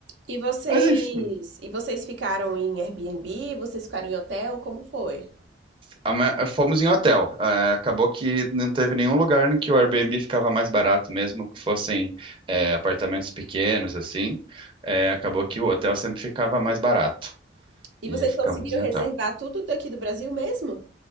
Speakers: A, on the right (about 80°); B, on the right (about 25°).
A: E vocês,
B: Mas enfim,
A: e vocês ficaram em Airbnb? Vocês ficaram em hotel? Como foi?
B: a ma- fomos em hotel. Eh, acabou que não teve nenhum lugar em que o Airbnb ficava mais barato, mesmo que fossem eh, apartamentos pequenos, assim. Eh, acabou que o hotel sempre ficava mais barato.
A: E
B: E
A: vocês
B: aí ficamos
A: conseguiram
B: em
A: reservar
B: hotel.
A: tudo daqui do Brasil mesmo?